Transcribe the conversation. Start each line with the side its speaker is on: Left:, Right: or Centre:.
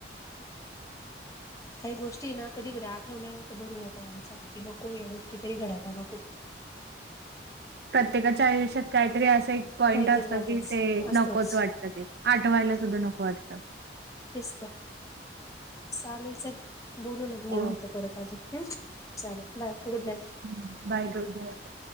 Left: काही गोष्टी ना कधी कधी आठवल्या तर भरून येतं. माणसाला की नको या गोष्टी तरी घडायला नको.
Right: प्रत्येकाच्या आयुष्यात काहीतरी असं एक पॉईंट
Left: काहीतरी
Right: असतो
Left: राहतच
Right: की ते
Left: असतोच
Right: नकोच वाटतं. आठवायला सुद्धा नको वाटतं.
Left: तेच तर चालेल चल बोलू मग
Right: हो
Left: निवांत परत अजून हु चालेल बाय गुड नाईट.
Right: हम्म बाय गुड नाईट